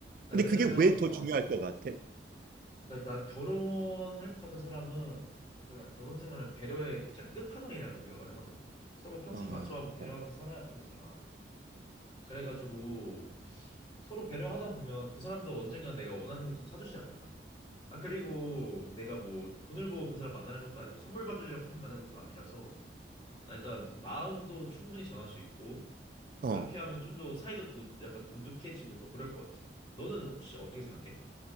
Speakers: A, on the left (about 30°); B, on the right (about 50°).
A: 아,
B: 근데
A: 왜냐면,
B: 그게 왜 더
A: 어,
B: 중요할 것 같아?
A: 일단 난 결혼할 것 같은 사람은 일단 난 결혼 생활을 배려의 진짜 끝판왕이라고 생각을 하거든. 서로 평생
B: 아,
A: 맞춰가고 배려하면서
B: 아.
A: 살아야 되잖아. 그래가지고 서로 배려하다 보면 그 사람도 언젠가 내가 원하는 것 좀 사주지 않을까? 아, 그리고 내가 뭐 돈을 보고 그 사람 만나는 것도 아니고 선물 받으려고 만나는 것도 아니라서 나 일단 마음도 충분히 전할 수 있고
B: 어,
A: 그렇게 하면 좀 더 사이도 도, 약간 돈독해지고 더 그럴 것 같아. 너는 혹시 어떻게 생각해?